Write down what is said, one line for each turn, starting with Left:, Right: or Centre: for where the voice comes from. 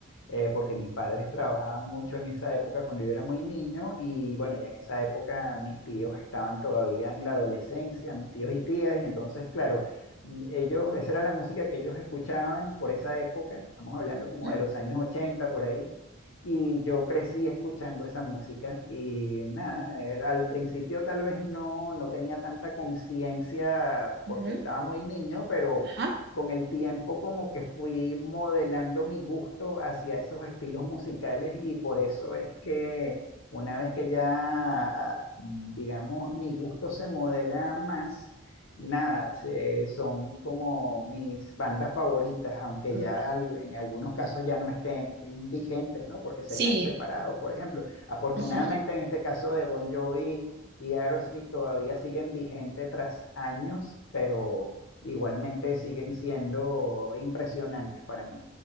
Left: eh, porque mis padres trabajaban mucho en esa época cuando yo era muy niño y bueno, y en esa época mis tíos estaban todavía en la adolescencia, mis tíos y tías, y entonces, claro, mm, ellos, esa era la música que ellos escuchaban por esa época, estamos hablando como
Right: ujú,
Left: de los años 80 por ahí. Y yo crecí escuchando esa música y nada, era- al principio tal vez no, no tenía tanta conciencia porque
Right: ujú,
Left: estaba muy niño, pero
Right: Ajá.
Left: con el tiempo como que fui modelando mi gusto hacia esos estilos musicales y por eso es que una vez que ya, ah, digamos, mi gusto se modela más, nada, se- son como mis bandas favoritas, aunque
Right: Turban.
Left: ya al- en algunos casos ya no estén vigentes, ¿no? Porque se
Right: Sí.
Left: hayan separado, por ejemplo. Afortunadamente
Right: Ujú.
Left: en este caso de Bon Jovi y Aerosmith todavía siguen vigentes tras años, pero igualmente siguen siendo impresionantes para mí.